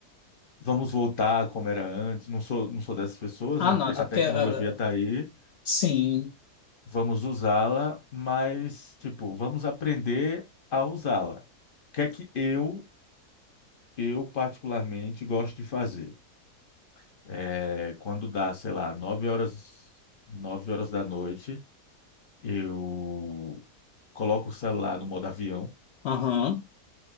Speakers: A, on the left; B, on the left.
A: vamos voltar como era antes, não sou, não sou dessas pessoas,
B: Ah,
A: a,
B: não,
A: gente-
B: até
A: a
B: porque.
A: tecnologia
B: ah,
A: está aí,
B: sim,
A: vamos usá-la, mas, tipo, vamos aprender a usá-la. O que é que eu, eu particularmente gosto de fazer? É, quando dá, sei lá, nove horas, nove horas da noite, eu coloco o celular no modo avião,
B: aham,